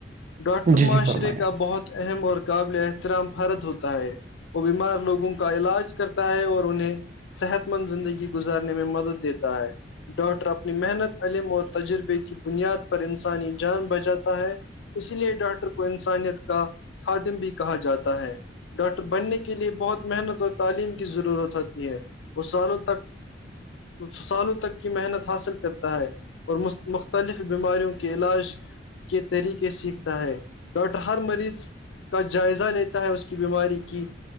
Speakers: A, on the left; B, on the right.
A: ڈاکٹر
B: جی
A: معاشرے
B: جی فرمائیے
A: کا بہت اہم اور قابل احترام فرد ہوتا ہے وہ بیمار لوگوں کا علاج کرتا ہے اور انہیں صحت مند زندگی گزارنے میں مدد دیتا ہے ڈاکٹر اپنی محنت علم اور تجربے کی بنیاد پر انسانی جان بچاتا ہے اس لیے ڈاکٹر کو انسانیت کا خادم بھی کہا جاتا ہے ڈاکٹر بننے کے لیے بہت محنت اور تعلیم کی ضرورت ہوتی ہے وہ سالوں تک کچ سالوں تک کی محنت حاصل کرتا ہے اور مختلف بیماریوں کے علاج کے طریقے سیکھتا ہے ڈاکٹر ہر مریض کا جائزہ لیتا ہے اس کی بیماری کی